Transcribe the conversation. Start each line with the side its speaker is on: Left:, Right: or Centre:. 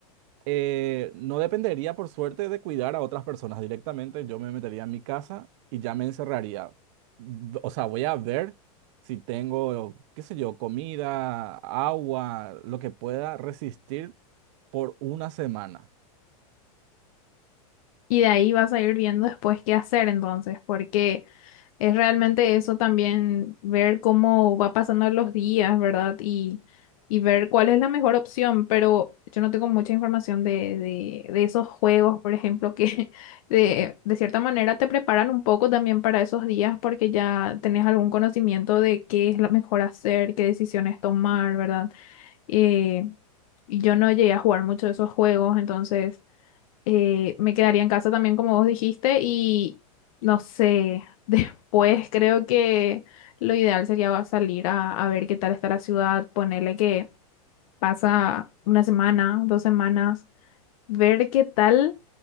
Right: Eh, no dependería, por suerte, de cuidar a otras personas directamente. Yo me metería en mi casa y ya me encerraría. V- O sea, voy a ver si tengo, qué sé yo, comida, agua, lo que pueda resistir por una semana.
Left: Y de ahí vas a ir viendo después qué hacer entonces, porque... Es realmente eso también, ver cómo va pasando los días, ¿verdad? Y, y ver cuál es la mejor opción, pero yo no tengo mucha información de, de, de esos juegos, por ejemplo, que <laughs> de, de cierta manera te preparan un poco también para esos días porque ya tenés algún conocimiento de qué es lo mejor hacer, qué decisiones tomar, ¿verdad? Eh, y yo no llegué a jugar mucho de esos juegos, entonces eh, me quedaría en casa también, como vos dijiste, y no sé, <laughs> después creo que lo ideal sería va- salir a, a ver qué tal está la ciudad, ponerle que pasa una semana, dos semanas, ver qué tal,